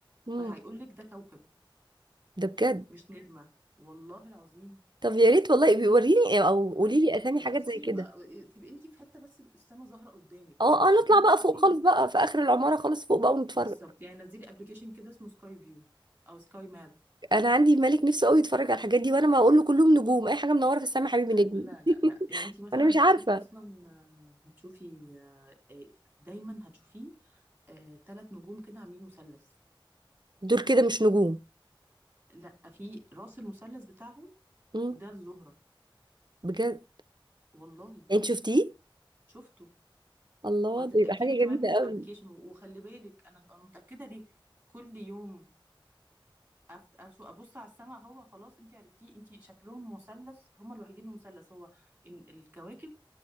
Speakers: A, on the right; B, on the right.
A: امم
B: فهيقول لك ده كوكب
A: ده بجد
B: مش نجمه والله العظيم
A: طب يا ريت والله بيوريني او قولي
B: بس
A: لي
B: آه،
A: اسامي حاجات
B: بصي
A: زي كده
B: يبقى تبقي انت في حته بس السما ظاهره قدامك
A: اه
B: يعني عشان
A: اه نطلع
B: انت
A: بقى
B: تشوفيها
A: فوق خالص بقى في اخر العماره خالص فوق بقى ونتفرج
B: بالظبط يعني نزلي ابلكيشن كده اسمه سكاي فيو او سكاي ماب
A: انا عندي ملك نفسه قوي يتفرج على الحاجات دي وانا ما اقول له كلهم نجوم اي حاجه منوره في السماء حبيبي نجم
B: لا لا لا
A: <laughs>
B: يعني انت مثلا
A: انا مش عارفه
B: هتشوفي اصلا آه، هتشوفي آه، آه، دايما هتشوفيه ثلاث نجوم كده عاملين مثلث
A: دول كده مش نجوم
B: لا في راس المثلث بتاعهم
A: امم
B: ده الزهرة
A: بجد
B: والله
A: يعني انت شفتيه
B: شفته
A: الله
B: وهتتأكدي
A: ده يبقى حاجه
B: كمان
A: جميله
B: من الابليكيشن
A: قوي
B: وخلي بالك انا متأكدة ليه كل يوم أفت... أشو- ابص على السماء هو خلاص انت عرفتيه انت شكلهم مثلث هم الوحيدين المثلث هو إن الكواكب